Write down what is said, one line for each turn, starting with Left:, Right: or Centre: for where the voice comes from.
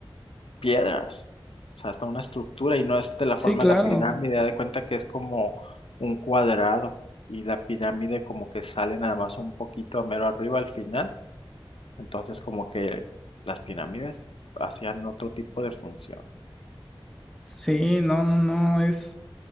Left: piedras, o sea, hasta una estructura y no es de la
Centre: Sí,
Left: forma
Centre: claro.
Left: de la pirámide, da de cuenta que es como un cuadrado y la pirámide como que sale nada más un poquito a mero arriba al final, entonces como que las pirámides hacían otro tipo de función.
Centre: Sí, no, no, no, es.